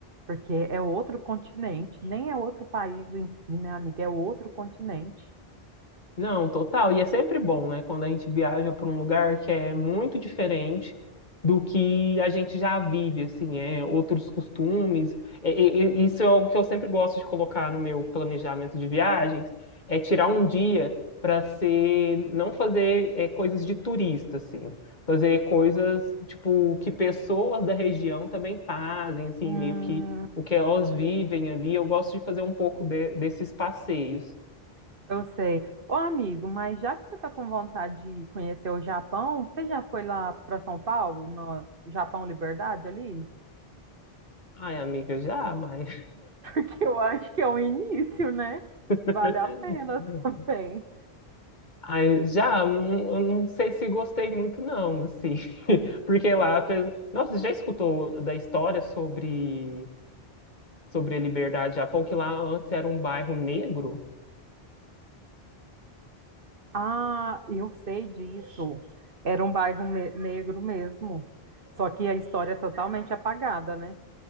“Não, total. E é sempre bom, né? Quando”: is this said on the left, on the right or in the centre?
Left